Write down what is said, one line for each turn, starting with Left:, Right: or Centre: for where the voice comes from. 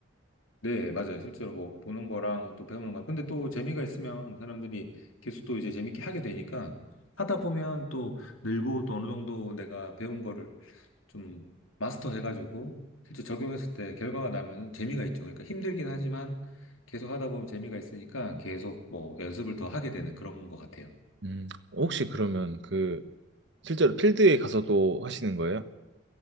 Left: 네, 맞아요. 실제로 뭐 보는 거랑 또 배우는 거랑. 근데 또 재미가 있으면 사람들이 계속 또 이제 재밌게 하게 되니까 하다 보면 또 늘고 또 어느 정도 내가 배운 거를 좀 마스터해가지고 실제 적용했을 때 결과가 나면은 재미가 있죠. 그러니까 힘들긴 하지만 계속 하다 보면 재미가 있으니까 계속 뭐 연습을 더 하게 되는 그런 것 같아요.
Right: 음, 혹시 그러면 그 실제로 필드에 가서도 하시는 거예요?